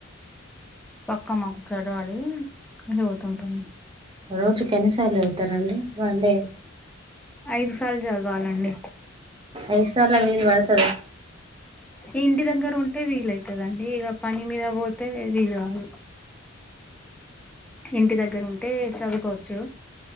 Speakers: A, in the centre; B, on the right.
A: పక్కా నమాజ్ చదవాలి చదువుతుంటాం
B: రోజుకి ఎన్నిసార్లు చదువుతారండి వండే
A: ఐదు సార్లు చదవాలండి
B: ఐదుసార్ల వీలు వడతద
A: ఇంటి దగ్గర ఉంటే వీలైతదండి ఇక పని మీద పోతే వీలు కాదు ఇంటి దగ్గర ఉంటే చదువుకోవచ్చు